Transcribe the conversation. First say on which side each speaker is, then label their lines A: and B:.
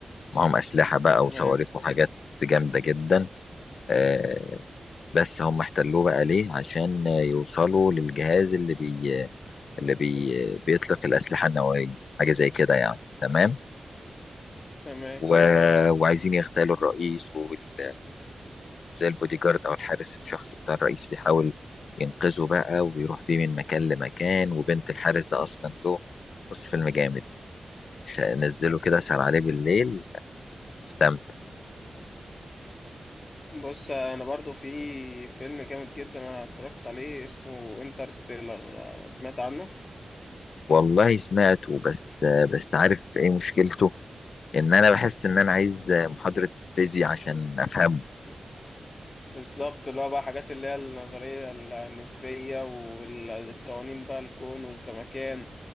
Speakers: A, on the left; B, on the left.
A: معهم أسلحة بقى
B: تمام
A: وصواريخ وحاجات جامدة جدا آه بس هم احتلوه بقى ليه عشان يوصلوا للجهاز اللي بي اللي بي بيطلق الأسلحة النووية حاجة زي كده يعني تمام
B: تمام
A: و... وعايزين يغتالوا الرئيس وزي البودي جارد أو الحارس الشخصي بتاع الرئيس بيحاول ينقذه بقى ويروح بيه من مكان لمكان وبنت الحارس ده أصلا له بص فيلم جامد ش- نزله كده سهر عليه بالليل تستمتع
B: بص آه، أنا برضو في فيلم جامد جدا أنا اتفرجت عليه اسمه انترستيلر آه، سمعت عنه
A: والله سمعته بس بس عارف ايه مشكلته ان انا بحس ان انا عايز محاضرة فيزياء عشان افهمه
B: بالظبط اللي هو بقى حاجات اللي هي النظرية النسبية والقوانين بقى الكون والزمكان